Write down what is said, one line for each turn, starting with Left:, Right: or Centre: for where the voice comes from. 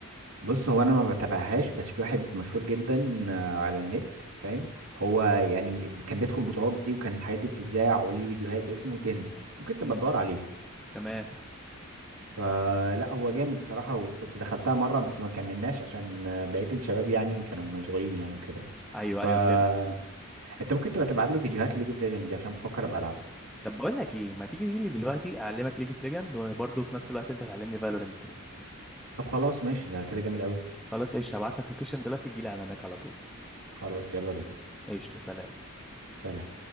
Right: بص هو انا ما بتابعهاش بس في واحد مشهور جدا آه، على النت فاهم هو يعني كان بيدخل البطولات دي وكان الحاجات دي بتتذاع وليه فيديوهات اسمه تنز ممكن تبقى
Centre: امم
Right: تدور عليه
Centre: تمام
Right: فلا هو جامد الصراحة وكنت دخلتها مرة بس ما كملناش عشان آه، بقية الشباب يعني كانوا مشغولين يعني وكده
Centre: ايوه
Right: فانت
Centre: ايوه فهمتك
Right: ممكن تبقى تبعت لي فيديوهات ليج اوف ليجند دي عشان بفكر ابقى العبها
Centre: طب بقول لك ايه ما تيجي تيجي لي دلوقتي اعلمك ليج اوف ليجند وبرضه في نفس الوقت انت تعلمني فالورنت
Right: طب خلاص ماشي ده كده جامد قوي
Centre: خلاص قشطه هبعت لك لوكيشن دلوقتي تجي لي على هناك على طول
Right: خلاص يلا بينا
Centre: قشطه سلام
Right: سلام